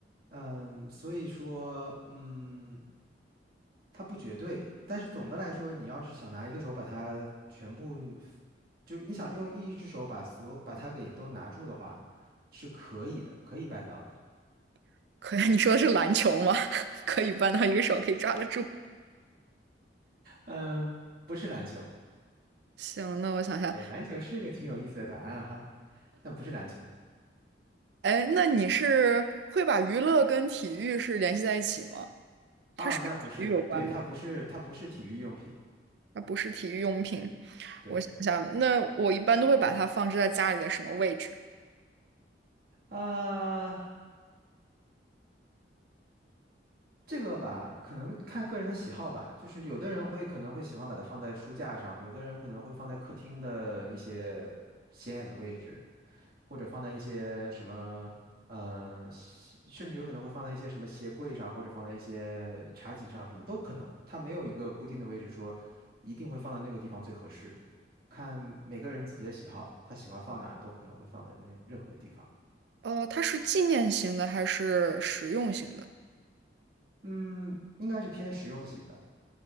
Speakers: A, on the right; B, on the right.
A: 嗯，所以说，嗯，它不绝对。但是总的来说，你要是想拿一个手把它全部，就是你想用一只手把所有把它给都拿住的话，是可以的，可以办到的。
B: <laughs> 可以，<laughs> 你说的是篮球吗？<laughs> 可以搬到一个手可以抓得住。
A: 嗯，不是篮球，
B: 行，那我想一下，
A: 哎，篮球是个挺有意思的答案哈，但不是篮球
B: 哎，那你是会把娱乐跟体育是联系在一起吗？它是跟体育有关吗？
A: 啊，那不是，对，它不是，它不是体育用品，
B: 它不是体育用品。
A: 对，
B: 我想想，那我一般都会把它放置在家里的什么位置？
A: 啊、这个吧，可能看个人的喜好吧，就是有的人会可能会喜欢把它放在书架上，有的人可能会放在客厅的一些显眼的位置，或者放在一些什么，呃，西甚至有可能会放在一些什么鞋柜上，或者放在一些茶几上，什么都可能。它没有一个固定的位置说一定会放在那个地方最合适，看每个人自己的喜好，他喜欢放哪儿都可能会放在那任何地方。
B: 呃，它是纪念型的还是实用型的？
A: 嗯，应该是偏实用型的，